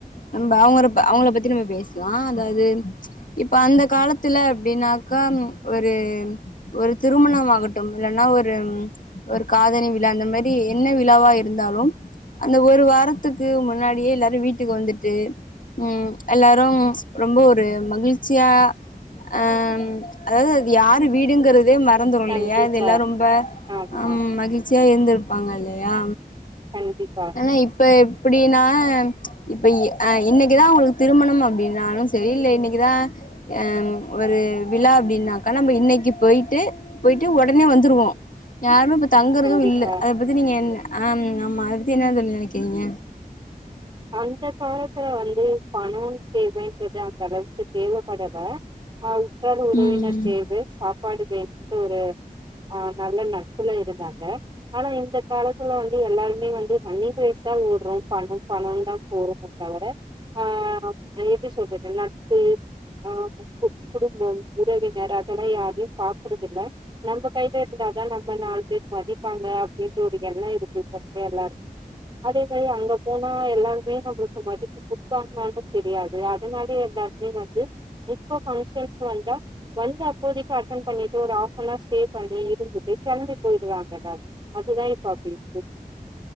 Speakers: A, on the left; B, on the right.
A: நம்ப அவங் அவங்கள பத்தி நம்ம பேஷ்லா அதாது இப்ப அந்த காலத்துல அப்டினாக்கா ஒரு உ ஒரு திருமணம் ஆகட்டும் இல்லன்னா ஒரு ஒரு காதணி விழா அந்த மெரி என்ன விழாவா இருந்தாலும் அந்த ஒரு வாரத்துக்கு முன்னாடியே எல்லாரு வீட்டுக்கு வந்துட்டு ம் எல்லாரும் ரொம்ப ஒரு மகிழ்ச்சியா அன் அதாது அது யாரு வீடுங்கிற து மறந்துரு
B: கண்டிப்பா
A: இல்லயா இத எல்லா ரொம்ப
B: ஆமா
A: ஹம் மகிழ்ச்சியா இருந்துருப்பாங்க இல்லயா
B: கண்டிப்பா
A: ஆனா இப்ப எப்டினா இப்ப எ இன்னிக்குதா உங்ளுக்கு திருமணம் அப்டின்னாலு சரி இல்ல இன்னிக்குதா அம் ஒரு விழா அப்டினாக்கா நம்ம இன்னிக்கு போயிட்டு போயிட்டு ஒடனே வந்துருவோ யாரும் இப் தங்குறதும்
B: கண்டிப்பா
A: இல்ல அத பத்தி நீங்க அம் ஆமா அத பத்தி என்ன தோழி நெனைக்கிறிங்க
B: அந்த காலத்துல வந்து பணம் தேவைன்றது அந்த அளவுக்கு தேவபடல ஆ உட்ரார் உறவினர்
A: ம்
B: தேவ சாப்பாடு வே ஒரு அ நல்ல நட்புல இருந்தாங்க ஆனா இந்த காலத்துல வந்து எல்லாருமே வந்து ரன்னிங் ரேஸா ஓட்றோ பணோ ந்தா போது தவர ஆ ஆ எப்டி சொல்றது நட்பு அ கு குடும்பம் உறவினர் அதெல்லா யார் தியு பாக்றதில்ல நம்ப கையில இருந்தாதா நம்ம நாலு பேர் மதிப்பாங்க அப்டின்ற ஒரு எண்ணோ இருக் து பத்தே எல்லாருக் அதே மாரி அங்க போனா எல்லாருமே நம்மள்கு மதிப்பு குடுப்பாங்ளானு தெரியாது அதனால எங்க அண்ணி வந்து இப்ப ஃபங்ஷன் வந்தா வ இங்க அப்போதிக்கு அட்டன் பண்ணிட்டு ஒரு ஆப் எல்லா ஸ்டே பண்ணி இருந்துட்டு கெளம்பி போயிருவாங்கல்ல அதுதா இப்ப அப்டி இருக்கு